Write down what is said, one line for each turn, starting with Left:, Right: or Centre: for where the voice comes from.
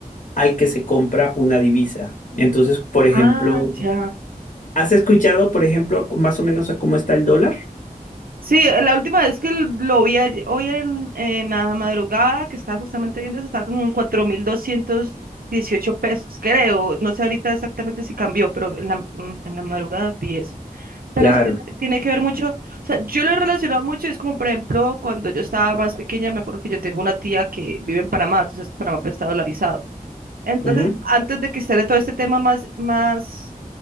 Left: al que se compra una divisa. Entonces, por ejemplo,
Right: Ah, ya.
Left: ¿has escuchado, por ejemplo, más o menos a cómo está el dólar?
Right: Sí, la última vez que lo vi ayer- hoy en, en la madrugada, que estaba justamente viendo eso, estaba como en cuatro mil doscientos dieciocho pesos, creo. No sé ahorita exactamente si cambió, pero en la, en la madrugada vi eso. Pero
Left: Claro.
Right: eso tiene, tiene que ver mucho, o sea, yo lo he relacionado mucho, es como por ejemplo cuando yo estaba más pequeña, me acuerdo que yo tengo una tía que vive en Panamá, entonces Panamá pues está dolarizado. Entonces,
Left: Ujú.
Right: antes de que esté todo este tema más, más,